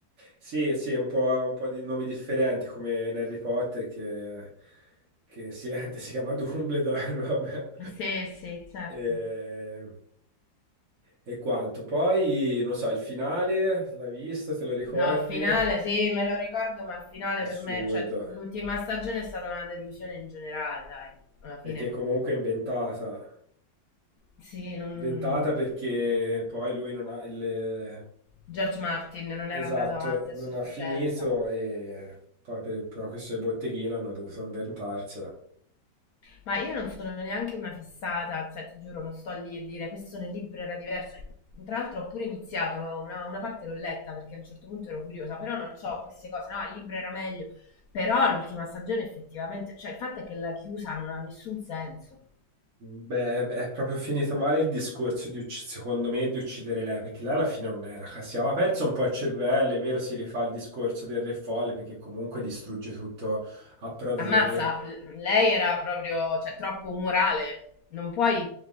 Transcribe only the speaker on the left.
Sì, sì, certo.
No, il finale sì, me lo ricordo, ma il finale
per me, cioè l'ultima stagione è stata una delusione in generale, dai, alla fine.
Sì, non...
George Martin non era
andato avanti a
sufficienza.
Ma io non sono neanche una fissata, cioè ti giuro, non sto lì a dire questo nel libro era diverso. Tra l'altro ho pure iniziato, una, una parte l'ho letta perché a un certo punto ero curiosa, però non ho queste cose, no, il libro era meglio. Però l'ultima stagione effettivamente, cioè il fatto è che la chiusa non ha nessun senso.
Ammazza,
l- lei era proprio, cioè, troppo umorale. Non puoi,